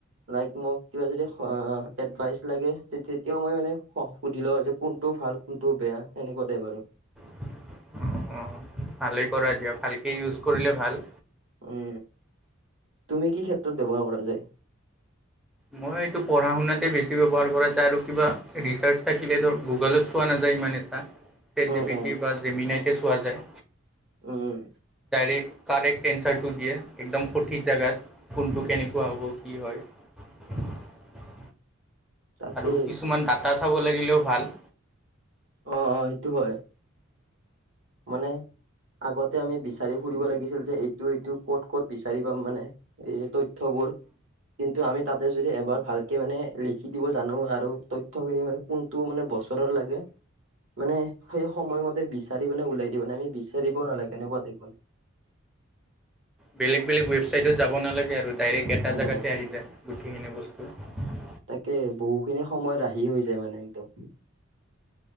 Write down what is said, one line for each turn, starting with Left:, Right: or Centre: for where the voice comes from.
Right: লাইক মোক কিবা যদি আহ এডভাইচ লাগে তেতিয়াও মই মানে সুধি লওঁ যে কোন টো ভাল কোনটো বেয়া সেনেকোৱা টাইপ আৰু।
Centre: <inaudible> ভালেই কৰাই দিয়া ভালকে ইউজ কৰিলে ভাল।
Right: উ তুমি কি ক্ষেত্ৰত ব্যৱহাৰ কৰা যায়?
Centre: মই এইটো পঢ়া শুনাতে বেছি ব্যৱহাৰ কৰা যায় আৰু কিবা ৰিচাৰ কি বা এইটো গুগলত চোৱা নাযা। যায় ইমান এটা, চেট
Right: উম
Centre: জি পিটি
Right: উম
Centre: বা জেমিনাইকে চোৱা যায়।
Right: উম
Centre: ৰেট কাৰেক্ট এন্স্বেৰটো দিয়ে একদম সঠিক জাগাত, কোনটো কেনেকুৱা হ'ব কি হয়। <inaudible>
Right: তাকেই
Centre: আৰু কিছুমান ডাটা চাব লাগিলেও ভাল।
Right: অ অ সেইটো হয়। মানে আগতে আমি বিচাৰি ফুৰিব লাগিছিল যে এইটো এইটো ক'ত ক'ত বিচাৰি পাম মানে, এই তথ। থবুৰ কিন্তু আমি তাতে যদি এবাৰ ভালকে মানে লিখি দিব জানো আৰু তথ্যখিনি মানে কোনটো মানে বছৰৰ লাগে। মানে সেই সময়মতে বিচাৰ। সেই মানে ওলাই দিও মানে আমি বিচাৰিব নালাগে, কেনেকুৱা জীবন।
Centre: বেলেগ বেলেগ ৱেবছাইটত যাব নালাগে আৰু ডাইৰেক্ট এটা
Right: উম
Centre: জেগাতে আহি যায়, গোটেইখিনি বস্তু।
Right: তাকে বহুখিনি সময়ত ৰাহি হৈ যায় মানে একদম।